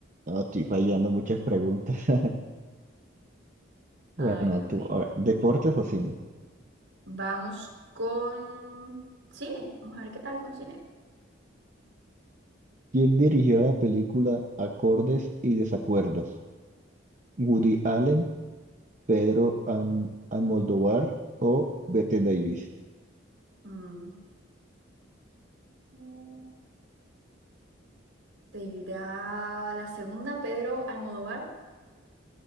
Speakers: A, on the right; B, on the right.
A: No, estoy fallando muchas preguntas. <laughs>
B: Ay,
A: Bueno,
B: Dios
A: tú,
B: mío.
A: a ver, deportes o cine.
B: Vamos con cine. Vamos a ver qué tal con cine.
A: ¿Quién dirigió la película Acordes y Desacuerdos? ¿Woody Allen, Pedro An- Almodóvar o Bette Davis?
B: Mm, ¿cómo ¿Te irá la segunda, Pedro Almodóvar?